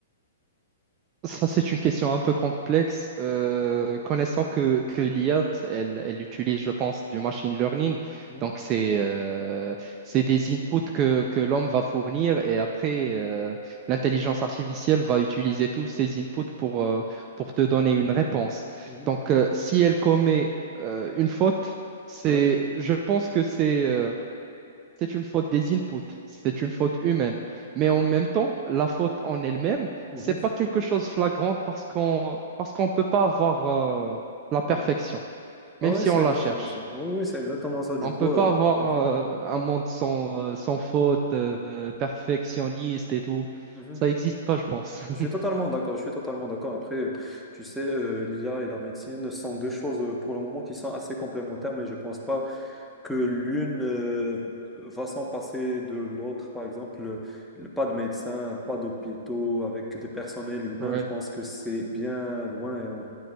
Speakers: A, on the right (about 30°); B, in the centre.
A: Ça, c'est une question un peu complexe. Euh, connaissant que, que l'IA, elle, elle utilise, je pense, du machine learning.
B: Mhm,
A: Donc, c'est euh, c'est des inputs que, que l'homme va fournir et après, euh, l'intelligence artificielle va utiliser tous ces inputs pour, euh, pour te donner une réponse.
B: mhm,
A: Donc, euh, si elle commet euh, une faute, c'est,
B: ouais,
A: je pense que c'est... euh, c'est une faute des inputs, c'est une faute humaine. Mais en même temps, la faute en elle-même,
B: mhm,
A: c'est pas quelque chose de flagrant parce qu'on parce qu'on peut pas avoir euh, la perfection,
B: mhm. Ah
A: même
B: ouais,
A: si
B: c'est
A: on la
B: exactement
A: cherche.
B: ça. Oui, oui, c'est exactement ça. Du
A: On
B: coup,
A: peut pas
B: euh,
A: avoir
B: mhm,
A: euh, un monde sans, euh, sans faute, euh, perfectionniste et tout.
B: mhm,
A: Ça
B: mhm.
A: n'existe pas, je pense. <laughs>
B: Je suis totalement d'accord. Je suis totalement d'accord. Après, euh, tu sais, euh, l'IA et la médecine sont deux choses euh, pour le moment qui sont assez complémentaires, mais je pense pas que l'une euh, va s'en passer de l'autre. Par exemple, le- le- pas de médecins, pas d'hôpitaux avec des personnels humains.
A: Ouais.
B: Je pense que c'est bien loin et, on-